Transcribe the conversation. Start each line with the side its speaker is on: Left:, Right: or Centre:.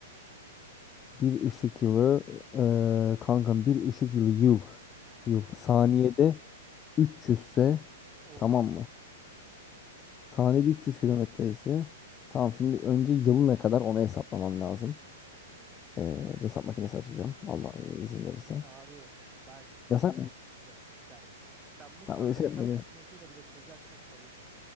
Left: bir ışık yılı e, kankam bir ışık yılı yıl yıl
Right: Evet.
Left: saniyede 300 ise
Right: Oha.
Left: tamam mı? Saniyede 300 kilometre ise tamam şimdi önce yıl ne kadar onu hesaplamam lazım. E, hesap makinesi açacağım Allah izin verirse.
Right: Abi bak
Left: Yasak mı?
Right: yok yok serbest. Tam bu
Left: Tamam
Right: soruda
Left: şey
Right: hesap
Left: yapma gerek.
Right: makinesiyle bile çözersen kabulüm.